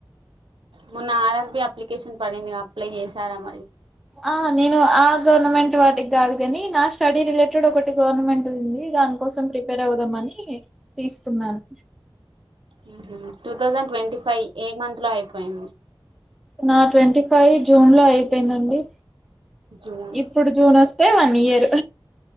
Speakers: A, on the right; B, in the centre.
A: మొన్న ఆర్ ఆర్ ర్బి అప్లికేషన్ పడింది అప్లై చేశారా మరి
B: ఆ నేను ఆ గవర్నమెంట్ వాటికి కాదు కాని నా స్టడీ రిలేటెడ్ ఒకటి గవర్నమెంట్ ఉంది దాని కోసం ప్రిపేర్ అవుదాం అని తీస్తున్నాను
A: మ్మ్ హ్మ్ టూ థౌసండ్ ట్వంటీ ఫైవ్ ఏ మంత్ లో అయిపోయ్ పైన్
B: నా ట్వంటీ ఫైవ్ జూన్ లో అయిపోయిందండి
A: జూన్
B: ఇప్పుడు జూన్ వస్ తే వన్ ఇయర్